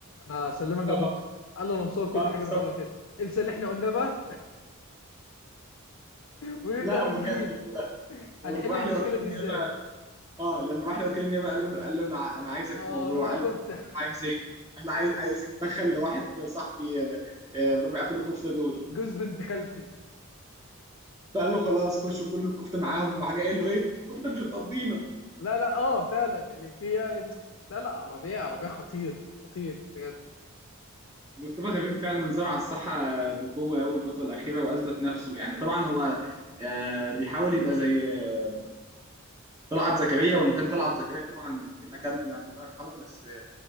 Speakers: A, on the left (about 60°); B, on the right (about 15°).
A: انا اسلمك
B: اه
A: يا دكتور قال له انا مصور كل
B: اه
A: حاجه
B: بالظبط
A: من اول لاخر انسى اللي احنا قلناه بقى <laughs> ونبدا
B: لا
A: من
B: وكان
A: جديد
B: ولما
A: هنحل
B: راح
A: المشكله
B: لوكيل
A: دي
B: النيابه
A: ازاي
B: اه لما راح لوكيل النيابه قال له قال له انا ع- انا عايزك
A: اه
B: في موضوع
A: ربع
B: قال
A: كفته
B: له عايز ايه؟ قال له عايز عايز اتدخل لواحد صاحبي آه، آه، ربع كيلو كفته دول
A: جوز بنت خالتي
B: فقال له خلاص خش كل الكفته معاهم راح جاي قال له ايه الكفته مش هتقضينا
A: لا لا اه فعلا اللي فيها لا لا عربيه عربيه خطير خطير بجد
B: مصطفى غريب فعلا زرع الصحه بقوه قوي الفتره الاخيره واثبت نفسه يعني طبعا هو آه، بيحاول يبقى زي آه، طلعت زكريا وان كان طلعت زكريا طبعا ليه مكانته يعني الله يرحمه بس آه،